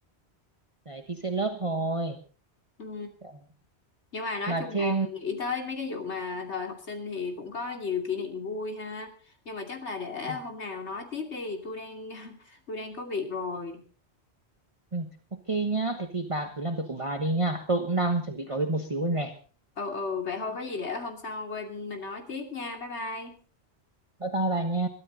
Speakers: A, on the right (about 30°); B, on the left (about 85°).
A: đấy thi trên lớp thôi
B: ừ.
A: đấy.
B: Nhưng mà nói
A: mà
B: chung
A: trên
B: là nghĩ tới mấy cái vụ mà thời học sinh thì cũng có nhiều kỷ niệm vui ha. Nhưng mà chắc là để
A: ừ,
B: hôm nào nói tiếp đi, tôi đang <laughs> tôi đang có việc rồi.
A: ừ, ok nhá thế thì bà cứ làm việc của bà đi nhá tôi cũng đang chuẩn bị có việc một xíu rồi nè
B: Ừ ừ vậy thôi có gì để hôm sau quên mình nói tiếp nha. Bye bye.
A: bye bye bà nha